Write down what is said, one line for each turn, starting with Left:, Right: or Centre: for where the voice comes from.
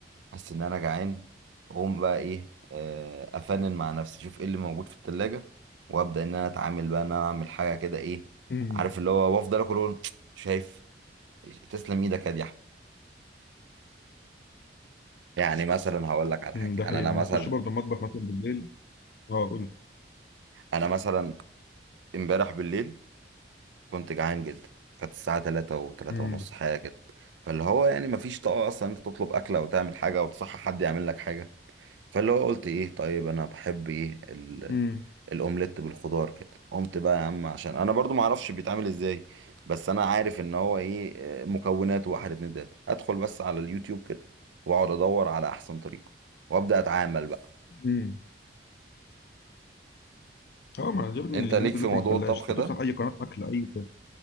Right: حاسس ان انا جعان اقوم بقى ايه آه، افنن مع نفسي اشوف ايه اللي موجود في التلاجة وابدا ان انا اتعامل بقى ان انا اعمل حاجه كده ايه
Left: امم
Right: عارف اللي هو وافضل اكل وأقول <tsk> شايف تسلم ايدك يا دي أحمد. يعني مثلا هقول لك على حاجه
Left: امم ده حقيقة
Right: انا انا مثلا
Left: هخش برضه المطبخ مثلا بالليل اه قول لي
Right: انا مثلا امبارح بالليل كنت جعان جدا كانت الساعه 3 و3
Left: امم
Right: ونص حاجه كده فاللي هو يعني مفيش طاقه اصلا انت تطلب اكله وتعمل حاجه وتصحى حد يعمل لك حاجه فاللي هو قلت ايه طيب انا بحب ايه ال-
Left: امم
Right: الاومليت بالخضار كده قمت بقى يا عم عشان انا برضو ما اعرفش بيتعمل ازاي بس انا عارف ان هو ايه آه، مكونات واحد اتنين تلاته ادخل بس على اليوتيوب كده واقعد ادور على احسن طريقه وابدا اتعامل بقى
Left: امم اه ما عجبني
Right: انت
Left: النت
Right: ليك في
Left: دلوقتي
Right: موضوع
Left: ما خلاش
Right: الطبخ
Left: انت
Right: ده
Left: بتفتح اي قناة اكل اي ف-